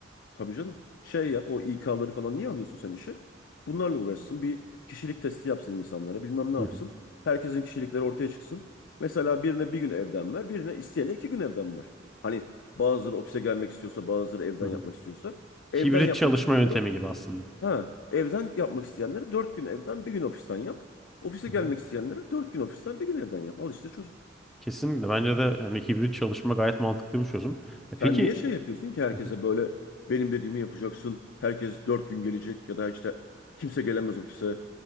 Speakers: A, on the left; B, in the centre.
A: Tabii canım. Şey yap o İK'ları falan niye alıyorsun sen işe? Bunlarla uğraşsın. Bir kişilik testi yapsın insanlara. Bilmem ne
B: Hı
A: yapsın.
B: hı,
A: Herkesin kişilikleri ortaya çıksın. Mesela birine bir gün evden ver. Birine isteyene iki gün evden ver. Hani bazıları ofise gelmek istiyorsa bazıları evden
B: hı
A: yapmak
B: hı.
A: istiyorsa. Evden
B: Hibrit
A: yapmak
B: çalışma
A: isteyenlere
B: yöntemi gibi aslında.
A: ha, evden yapmak isteyenlere dört gün evden bir gün ofisten yap. Ofise
B: Hı
A: gelmek
B: hı.
A: isteyenlere dört gün ofisten bir gün evden yap. Al işte çöz.
B: Kesinlikle bence de hani hibrit çalışma gayet mantıklı bir çözüm.
A: Sen
B: E peki
A: niye şey yapıyorsun ki herkese
B: Hı hı,
A: böyle benim dediğimi yapacaksın. Herkes dört gün gelecek ya da işte kimse gelemez ofise.